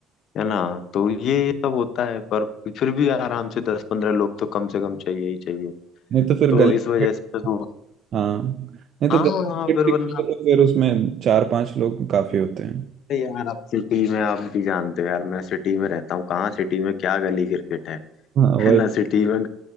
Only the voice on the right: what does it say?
नहीं तो फिर
गली
क्रिकेट
हाँ नहीं तो
गर्ल्स
पिक
तो फिर उसमें चार पांच लोग काफी होते हैं
हाँ वही